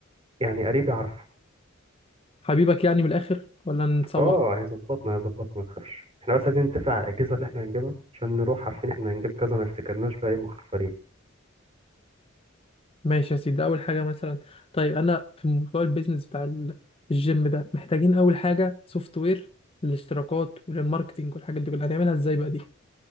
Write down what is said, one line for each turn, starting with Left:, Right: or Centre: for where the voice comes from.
Right: يعني قريبي عارفه
Left: حبيبك يعني من الاخر ولا نتسوح
Right: اه هيظبطنا هيظبطنا ما تخافش احنا بس عايزين نتفق على الاجهزه اللي احنا هنجيبها عشان نروح عارفين احنا هنجيب كذا ما نفتكرناش بقى ايه مخفرين
Left: ماشي يا سيدي ده اول حاجه مثلا طيب انا في موضوع البيزنس بتاع ال- الجيم ده محتاجين اول حاجه سوفت وير للاشتراكات وللماركتينج والحاجات دي كلها هنعملها ازاي بقى دي